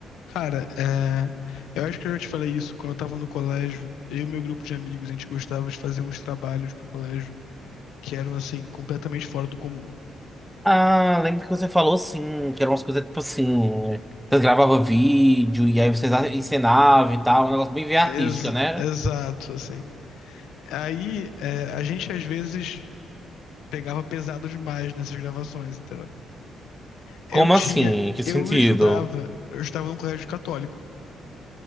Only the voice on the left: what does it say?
Cara, é, eu acho que eu já te falei isso quando eu tava no colégio. Eu e meu grupo de amigos, a gente gostava de fazer uns trabalhos pro colégio que eram, assim, completamente fora do comum.
Ex-
exato, assim. Aí, é, a gente às vezes pegava pesado demais nessas gravações, entendeu? Eu
tinha,
eu
estudava, eu estava num colégio católico.